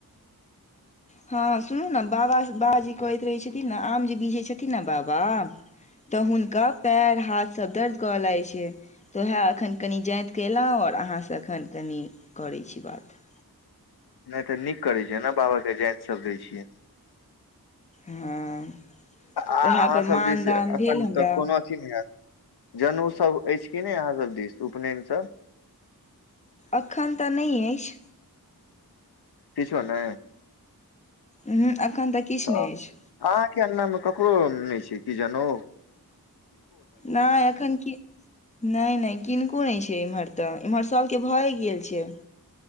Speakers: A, on the left (about 20°); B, on the left (about 80°).
A: हँ सुनू ने बाबा बाबाज जे कहैत रहैत छथिन ने आम जे बिझैत छथिन ने बाबा तऽ हुनका पैर हाथसभ दर्द करय लागैत छै तऽ उएह एखन कनि जातिकेऽ अयलहुँ आओर अहाँसँ एखन कनि करैत छी बात।
B: नहि तऽ नीक करैत छियै ने बाबाके जातिसभ दैत छियै।
A: हँ
B: आ अहाँ
A: उएहपर
B: सब
A: मानदान
B: दिस अखन
A: भेल हमरा
B: तऽ कोनो अथी नहि हयत। जनेउसभ अछि कि नहि अहाँसभ दिस उपनयनसभ।
A: एखन तऽ नहि अछि।
B: किशो ने।
A: उहूँ एखन तऽ किछु
B: त
A: नहि अछि
B: अहाँके अनामे ककरो नहि छै। की जहो।
A: नहि एखन नहि नहि किनको नहि छै इमहर। तऽ इम्हर सालके भए गेल छै।